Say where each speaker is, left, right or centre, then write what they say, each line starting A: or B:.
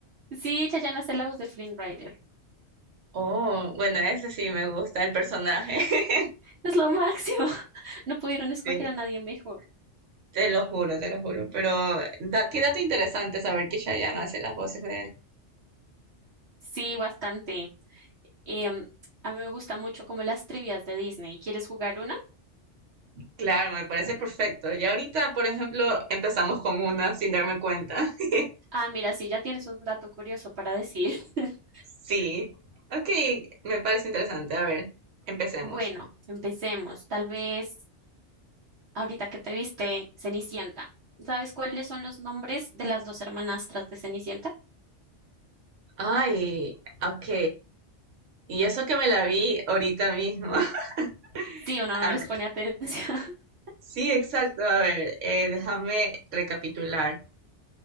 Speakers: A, on the right (about 65°); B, on the right (about 85°).
A: Sí, Chayanne hace la voz de Flynn Rider,
B: Oh, bueno, ese sí me gusta, el personaje. <laughs>
A: es lo máximo. <laughs> No pudieron escoger
B: Sí,
A: a nadie mejor.
B: te lo juro, te lo juro. Pero da- qué dato interesante saber que Chayanne hace las voces de
A: Sí, bastante. Em, a mí me gusta mucho como las trivias de Disney. ¿Quieres jugar una?
B: Claro, me parece perfecto. Ya ahorita, por ejemplo, empezamos con una sin darme cuenta. <laughs>
A: Ah, mira, sí, ya tienes un dato curioso para decir. <laughs>
B: Sí. Ok, me parece interesante. A ver, empecemos.
A: Bueno, empecemos. Tal vez ahorita que te viste Cenicienta. ¿Sabes cuáles son los nombres de las dos hermanastras de Cenicienta?
B: Ay, ok. Y eso que me la vi ahorita mismo. <laughs>
A: Sí, uno no
B: A
A: les
B: ver,
A: pone atención. <laughs>
B: Sí, exacto. A ver, eh, déjame recapitular.